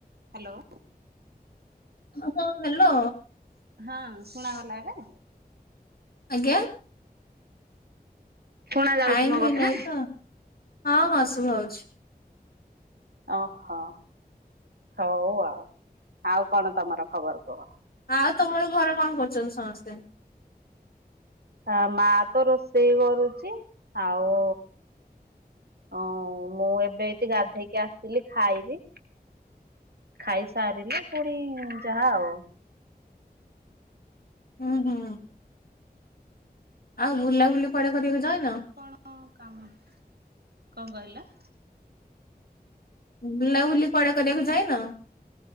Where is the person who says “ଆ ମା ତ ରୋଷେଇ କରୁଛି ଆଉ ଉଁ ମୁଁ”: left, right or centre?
Right